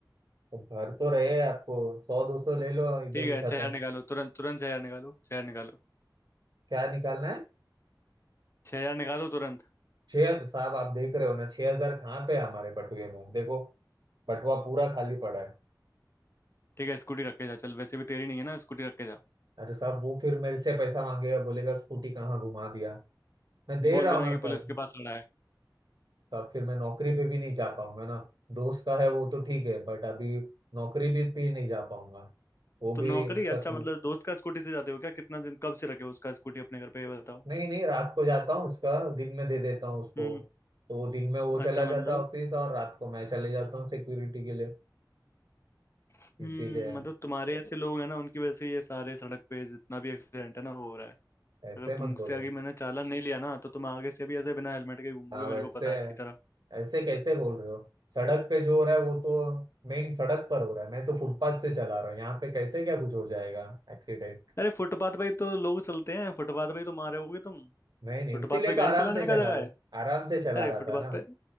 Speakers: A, on the right; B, on the left.
A: तो भर तो रहे आपको सौ दो सौ ले लो इधर
B: ठीक
A: ही
B: है
A: खत्म
B: छह हजार निकालो तुरंत तुरंत छह हजार निकालो छह हजार निकालो
A: क्या निकालना है
B: छह हजार निकालो तुरंत
A: छह साहब आप देख रहे हो ना छह हजार कहाँ पे है हमारे बटुए में देखो बटुआ पूरा खाली पड़ा है
B: ठीक है स्कूटी रख के जा चल वैसे भी तेरी नहीं है ना स्कूटी रख के जा
A: अरे साहब वो फिर मेरे से पैसा मांगेगा बोलेगा स्कूटी कहाँ घुमा दिया मैं दे
B: बोल
A: रहा
B: देना
A: हूँ ना
B: कि
A: सर
B: पुलिस के पास खड़ा है
A: तो अब फिर मैं नौकरी पे भी नहीं जा पाऊंगा ना दोस्त का है वो तो ठीक है बट अभी नौकरी पे भी नहीं जा पाऊंगा वो
B: तो
A: भी
B: नौकरी
A: तकलीफ
B: अच्छा मतलब दोस्त का स्कूटी से जाते हो क्या कितना दिन कब से रखे हो उसका स्कूटी अपने घर पे ये बताओ
A: नहीं नहीं रात को जाता हूँ उसका दिन में दे देता हूँ उसको
B: हम्म
A: तो वो दिन में वो चला
B: अच्छा
A: जाता
B: मतलब
A: है ऑफिस और रात को मैं चले जाता हूँ सिक्योरिटी के लिए
B: हम्म
A: इसीलिए
B: मतलब तुम्हारे ऐसे लोग हैं ना उनकी वजह से ये सारे सड़क पे जितना भी एक्सीडेंट है ना वो हो रहा है
A: ऐसे
B: अगर तुमसे
A: मत बोलो
B: आगे मैंने चालान नहीं लिया ना तो तुम आगे से भी ऐसे बिना हेलमेट के घूमोगे
A: हाँ
B: मेरे
A: वैसे
B: को पता है अच्छी तरह
A: ऐसे कैसे बोल रहे हो सड़क पे जो हो रहा है वो तो मेन सड़क पर हो रहा है मैं तो फुटपाथ से चला रहा हूँ यहाँ पे कैसे क्या कुछ हो जाएगा एक्सीडेंट
B: अरे फुटपाथ पे ही तो लोग चलते हैं फुटपाथ पे ही तो मारे होगे तुम
A: नहीं नहीं
B: फुटपाथ
A: इसीलिए
B: पे
A: तो
B: गाड़ी
A: आराम
B: चलाने
A: से चला
B: का जगह
A: है
B: है
A: आराम से चला
B: अरे
A: रहा
B: फुटपाथ
A: था ना
B: पे